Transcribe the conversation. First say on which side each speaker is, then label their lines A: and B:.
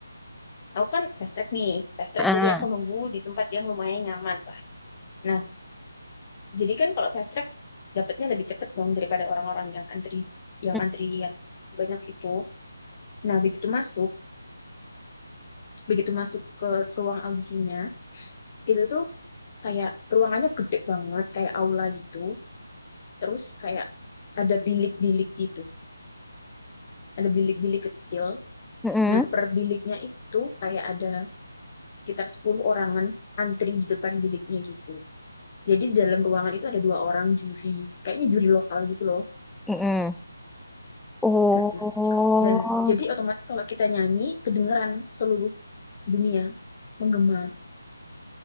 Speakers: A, on the left (about 35°); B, in the centre.
A: Aku kan fast track nih, fast track
B: Ah.
A: jadi aku nunggu di tempat yang lumayan nyaman lah. Nah, jadi kan kalau fast track dapatnya lebih cepet dong daripada orang-orang yang antri, yang
B: Mm,
A: antri yang banyak itu. Nah, begitu masuk, begitu masuk ke ruang audisinya, itu tuh kayak ruangannya gede banget, kayak aula gitu. Terus kayak ada bilik-bilik gitu, ada bilik-bilik kecil.
B: mm-mm,
A: Nah, per biliknya itu kayak ada sekitar 10 orangan antri di depan biliknya gitu. Jadi di dalam ruangan itu ada dua orang juri, kayaknya juri lokal gitu loh.
B: mm-mm. Oh,
A: Mm-mm. Dan jadi otomatis kalau kita nyanyi kedengeran seluruh dunia menggema.